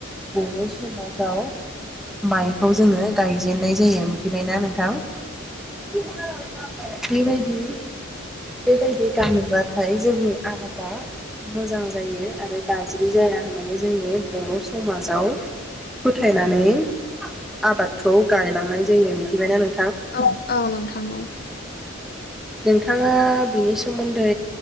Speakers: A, in the centre; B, on the left.
A: बर' समाजाव माइखौ जोंङो गायजेननाय जायो मिथिबायना नोंथां? बेबायदि बेबायदि गानोबाथाय। जोंनि आबादा मोजां जायो आरो गाज्रि जाया होननानै जोंनि बर' समाजाव फोथायनानै आबादखौ गायलांनाय जायो। मिथिबायना नों
B: औ औ नोंथां औ।
A: नोंथाङा बिनि सोमोन्दै